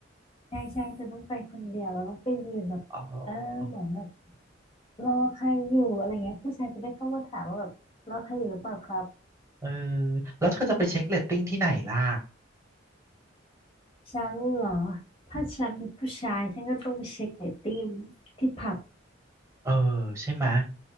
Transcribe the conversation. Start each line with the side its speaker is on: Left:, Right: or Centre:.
Left: ใช่ใช่เธอต้องไปคนเดียวแล้วต้องไปยืนแบบเออเหมือนแบบ
Right: อ๋อ
Left: รอใครอยู่อะไรเงี้ยผู้ชายจะได้เข้ามาถามว่าแบบรอใครอยู่หรือเปล่าครับ
Right: เออแล้วเธอจะไปเช็คเรตติ้งที่ไหนล่ะ
Left: ฉันเหรอถ้าฉันเป็นผู้ชายฉันก็ต้องไปเช็คเรตติ้งที่ผับ
Right: เออใช่ไหม